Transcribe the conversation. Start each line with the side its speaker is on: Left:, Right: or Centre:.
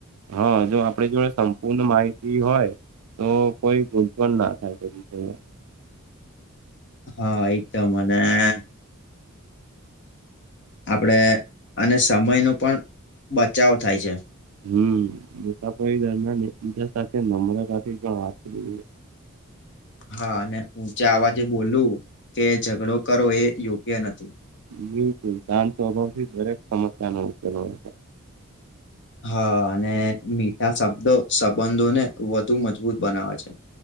Right: હા જો આપડ જોડે સંપૂર્ણ માહિતી હોય તો કોઈ ગુ પણ ના થાય પછી
Left: હા એકદમ અને અને આપડે અને સમય ન પણ બચાવ થાય છે.
Right: હમતાાપ દરમિયાન એક બીજા સાથે નમ્રતાથી પણ વાત કરી
Left: હા અને ઊચે આવા જે બોલું કે ઝઘડો કરો એ યોગ્ય નથી-'
Right: બિલકુલ શાંતંતો અભાવથી દરેક સમસ્યા ન ઉર આવે છે.
Left: હા અને મીઠા શબ્દો સંબંધોને વધુ મજબૂત બનાવે છે.